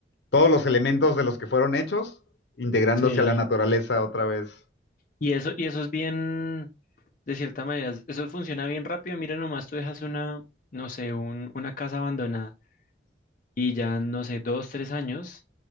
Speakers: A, on the left; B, on the left.
A: todos los elementos de los que fueron hechos, integrándose
B: Sí,
A: a la naturaleza otra vez.
B: Y eso, y eso es bien, de cierta manera, eso funciona bien rápido. Mira, nomás tú dejas una, no sé, un- una casa abandonada y ya, no sé, dos, tres años,